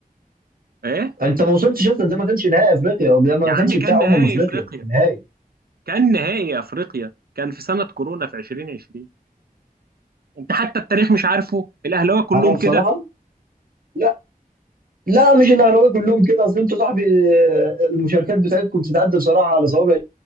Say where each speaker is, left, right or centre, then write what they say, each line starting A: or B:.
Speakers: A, on the right (about 85°); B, on the right (about 70°).
A: ايه
B: انت ما وصلتش اصلا ده ما كانش نهائي افريقيا ده ما
A: يا عم
B: كانش
A: كان
B: بتاع
A: نهائي
B: امم افريقيا
A: افريقيا
B: النهائي
A: كان نهائي افريقيا كان في سنه كورونا في 2020 انت حتى التاريخ مش عارفه الاهلاويه كلهم
B: انا بصراحه
A: كده
B: لا لا مش الاهلاويه كلهم كده اصل انتوا صاحبي آه، المشاركات بتاعتكم بتتعدى بصراحه على صوابع